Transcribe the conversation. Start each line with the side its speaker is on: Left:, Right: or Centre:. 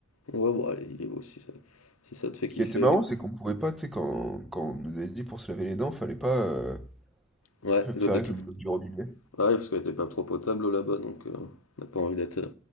Left: Ouais, bon, allez, il est beau si ça, si ça te fait
Centre: Ce
Left: kiffer.
Centre: qui était marrant,
Left: mais-
Centre: c'est qu'on pouvait pas, tu sais, quand, quand on nous avait dit pour se laver les dents, fallait pas euh,
Left: Ouais,
Centre: le
Left: l'eau
Centre: faire
Left: des
Centre: avec
Left: tout.
Centre: l'eau du robinet.
Left: Ouais, parce qu'elle était pas trop potable l'eau là-bas, donc euh, on n'a pas envie d'être euh,